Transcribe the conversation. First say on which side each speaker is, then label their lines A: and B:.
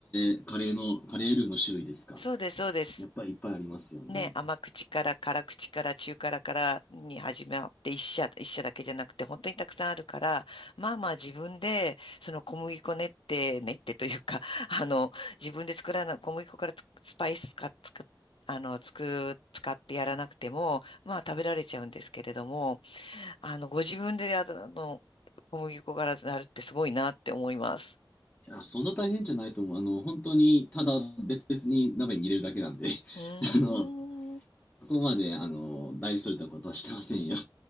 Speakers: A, on the left; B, on the left.
A: ー、カレーの、カレールーの種類ですか。
B: そうです、そうです。
A: やっぱりいっぱいありますよね。
B: ね、甘口から辛口から中辛からに始まって一社、一社だけじゃなくて本当にたくさんあるから、まあまあ自分でその小麦粉練って練ってというか、<laughs> あの、自分で作らない小麦粉からつスパイスかつく、あの、つく、使ってやらなくても、まあ食べられちゃうんですけれども、あの、ご自分であの、小麦粉からなるってすごいなって思います。
A: いや、そんな大変じゃないと思う。あの、本当に、ただ別々に鍋に入れるだけなんで、
B: うーん。
A: <laughs> あの、そこまで、あの、大それたことはしてませんよ。